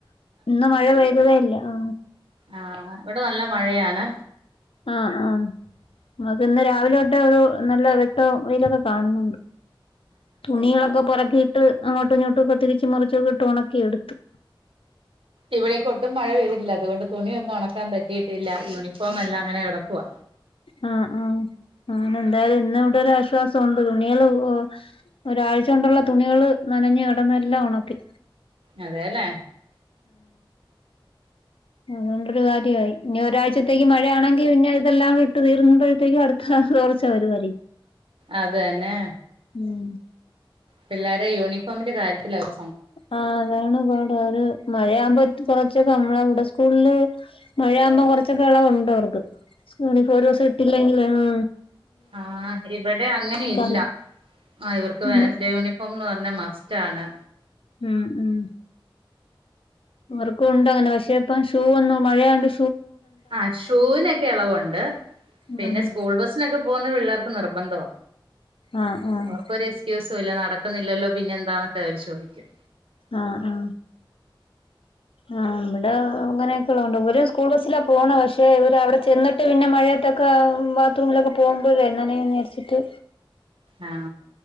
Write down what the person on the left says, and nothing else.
ഇന്ന് മഴ പെയ്തതേല്ല ആ
ആ ആ നമക്ക് ഇന്ന് രാവിലെ തൊട്ട് ഒരു നല്ല വട്ടോ വെയിലൊക്കെ കാണുന്നുണ്ട് തുണിങ്ങളൊക്കെ പൊറുകി ഇട്ട് അങ്ങോട്ടും ഇങ്ങോടട്ടും ഒക്കെ ഇട്ട് തിരിച്ച് മറിച്ചൊക്കെ ഇട്ട് ഉണക്കി എടുത്തു
ആ ആ അങ്ങനെ എന്തായാലും ഇന്ന് ഇവിടെ ഒരുരാശ്വാസം ഉണ്ട് തുണികള് ഒരാഴ്ച കൊണ്ടുള്ള തുണികള് നനഞ്ഞു കിടന്നെല്ലാം ഉണക്കി
അധോണ്ടരുകര്യായി ഇനി ഒരാഴ്ചത്തേക്ക് മഴയാ ആണെങ്കിൽ പിന്നെ ഏദെല്ലാം വിട്ട് ഇട്ട് തിരുമ്പോയേക്കും അടുത്ത തോർച്ച വരുവായിരിക്കും
ഉം
ആ അതാണ് പ്ട മഴയാവുമ്പോൾ കുറച്ചക്കെ നമ്മളെ അവിടെ സ്കൂളൽ മഴആവുമ്പോൾ കുറച്ച് പച്ചക്കള ഉണ്ട് അവർക്ക് യൂണിഫോം ഒരു ദിവസം ഇട്ടില്ലെങ്കിലേ ആ
അറിയും
ഉം
ഉം ഉം അവർക്കും ഉണ്ട്ങ്ങനെ പക്ഷെ ഇപ്പം ഷൂ ഒന്നു മഴയണ്ട്
ആഹ്
ആഹ് ആഹ്
ആ ആ അ ഇവിടെ അങ്ങനെയൊക്കെള്ളണ്ട് ഇവർ സ്കൂൾ ബസ്സിലാ പോണ പക്ഷെ ഇവർ അവിടെ ചെന്നിട്ട് പിന്നെ മഴയത്തൊക്കെ ബാത്റൂമിലൊക്കെ പോകുമ്പോ യെങ്ങനെച്ചിട്ട്